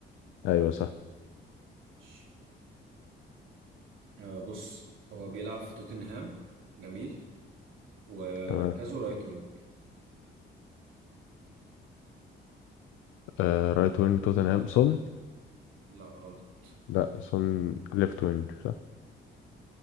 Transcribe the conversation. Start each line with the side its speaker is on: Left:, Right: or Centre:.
Left: ايوه صح
Right: ماشي. آه بص هو بيلعب في توتنهام جميل ومركزه
Left: تمام
Right: رايت وينج
Left: آه رايت وينج توتنهام سون
Right: لا غلط
Left: لا سون ليفت وينج صح